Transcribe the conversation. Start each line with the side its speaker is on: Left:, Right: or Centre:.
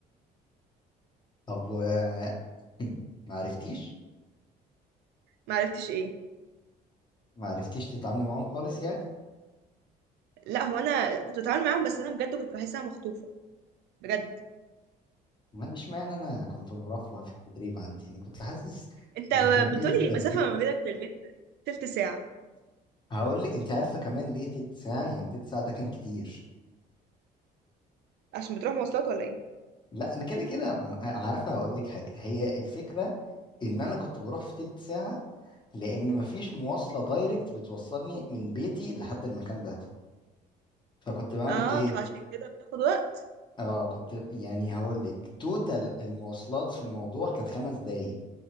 Left: طب و <clears throat> ما عرفتيش
Right: معرفتش إيه
Left: ما عرفتيش تتعاملي معاهم خالص يعني
Right: لا هو أنا كنت بتعامل معاهم بس أنا بجد كنت بحسها مخطوفة بجد
Left: ماليش معنى انا كنت مرافقة في التدريب عندي انا كنت حاسس
Right: أنت
Left: بكمية
Right: بتقولي
Left: ترفيه
Right: المسافة ما بينك للبيت تلت ساعة
Left: هقول لي انت عارفه كمان ليه تلت ساعه يعني تلت ساعه ده كان كتير
Right: عشان بتروح مواصلات ولا إيه؟
Left: لا انا كده كده م- عارفه هقول لك حاجه هي الفكره ان انا كنت بروح في تلت ساعه لان مفيش مواصله دايركت بتوصلني من بيتي لحد المكان ده فكنت بعمل
Right: اه
Left: ايه
Right: فعشان كده بتاخد وقت
Left: اه كنت يعني هقول لك توتال المواصلات في الموضوع كانت خمس دقايق